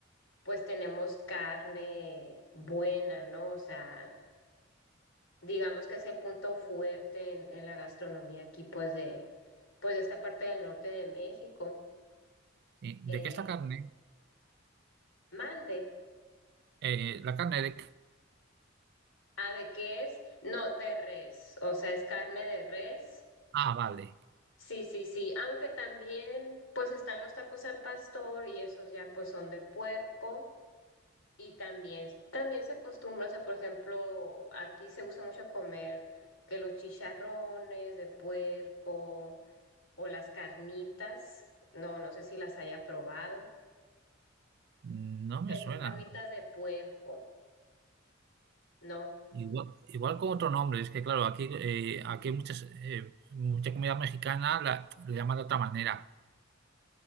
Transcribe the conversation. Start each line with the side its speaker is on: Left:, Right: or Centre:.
Left: pues tenemos carne buena, ¿no? O sea, digamos que es el punto fuerte en, en la gastronomía aquí, pues de, pues de esta parte del norte de México.
Right: Sí.
Left: Eh,
Right: ¿De qué es la carne?
Left: mande.
Right: Eh, la carne de...
Left: ¿A de qué es? No, de res, o sea, es carne de res.
Right: Ah, vale.
Left: Sí, sí, sí, aunque también pues están los tacos al pastor y esos ya pues son de puerco y también, también se acostumbra, o sea, por ejemplo, aquí se usa mucho comer que los chicharrones de puerco o las carnitas, no, no sé si las haya probado,
Right: No me
Left: que
Right: suena.
Left: son carnitas de puerco, ¿no?
Right: Igual, igual con otro nombre, es que claro, aquí, eh, aquí hay muchas, eh, mucha comida mexicana la, le llaman de otra manera.